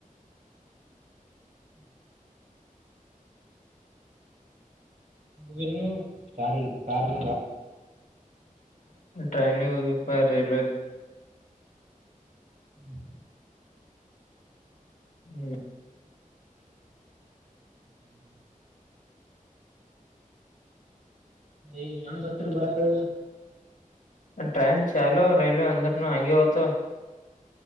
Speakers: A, on the right; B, on the left.
A: <inaudible> ಕ ಕಾರಣ
B: ಟ್ರೈನ್ ಪ ರೇಲ್ವೆೇ
A: ಹ್ಮ್
B: ಹ್ಮ್
A: ಹ್ ಹೇಗ ನಾಂಗ್ ಬರ್ತರ ಬರ ಕಡೆ
B: ಟ್ರೈನ್ ಚಾಲೋ ರೈಲ್ವೆ ಅಂದ್ರ ನ ಅಂಗೆತ